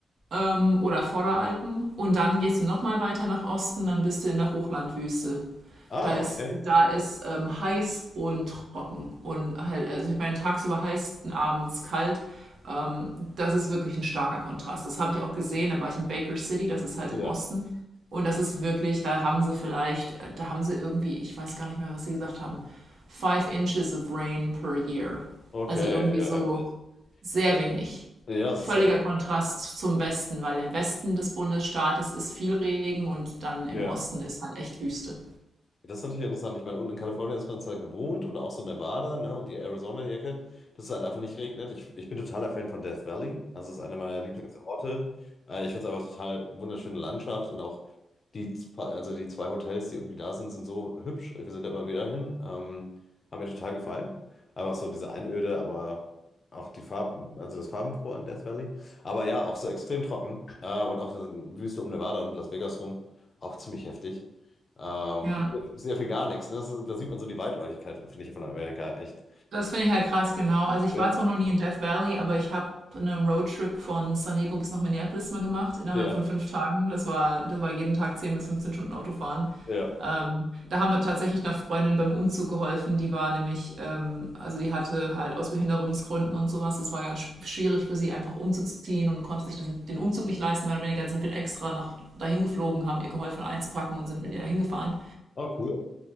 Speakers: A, on the right (about 60°); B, on the left (about 35°).
A: ähm, oder Vorderalpen. Und dann gehst du nochmal weiter nach Osten, dann bist du in der Hochlandwüste.
B: Ah,
A: Da ist,
B: okay.
A: da ist ähm, heiß und trocken. Und halt, also ich meine, tagsüber heiß, abends kalt. Ähm, das ist wirklich ein starker Kontrast. Das habe ich auch gesehen. Da war ich in Baker City, das ist halt
B: Ja.
A: im Osten. Und das ist wirklich, da haben sie vielleicht, äh, da haben sie irgendwie, ich weiß gar nicht mehr, was sie gesagt haben, five inches of rain per year.
B: Okay,
A: Also irgendwie
B: ja,
A: so
B: heftig.
A: sehr
B: Ja,
A: wenig.
B: ja, es
A: Völliger
B: ist ja.
A: Kontrast zum Westen, weil im Westen des Bundesstaates ist viel Regen und dann im
B: Ja.
A: Osten ist halt echt Wüste.
B: Ja, Das ist natürlich interessant. Ich meine, unten in Kalifornien ist man zwar gewohnt oder auch so Nevada, ne, und die Arizona-Ecke, dass es halt einfach nicht regnet. Ich, ich bin totaler Fan von Death Valley. Also es ist einer meiner Lieblingsorte. Äh, ich finde es einfach total wunderschöne Landschaft und auch die, z- also die zwei Hotels, die irgendwie da sind, sind so hübsch. Wir sind da immer wieder hin. Ähm, haben mir total gefallen. Einfach so diese Einöde, aber auch die Farben, also das Farbenfrohe an Death Valley. Aber ja, auch so extrem trocken. Äh, und auch die Wüste um Nevada und Las Vegas rum, auch ziemlich heftig. Ähm,
A: Ja.
B: sehr viel gar nichts. Ne? Das, ist- da sieht man so die Weitläufigkeit, finde ich, von Amerika echt.
A: Das finde ich halt krass, genau. Also ich
B: Ja,
A: war zwar noch nie in Death Valley, aber ich habe einen Roadtrip von San Diego bis nach Minneapolis mal gemacht, innerhalb
B: ja,
A: von fünf Tagen. Das war, das war jeden Tag 10 bis 15 Stunden Autofahren.
B: ja.
A: Ähm, da haben wir tatsächlich einer Freundin beim Umzug geholfen. Die war nämlich, ähm, also die hatte halt aus Behinderungsgründen und sowas. Es war ganz sch- schwierig für sie, einfach umzuziehen und konnte sich das, den Umzug nicht leisten. Mehr oder weniger sind wir extra nach dahin geflogen, haben ihr geholfen einzupacken und sind mit ihr dahin gefahren.
B: Oh, cool.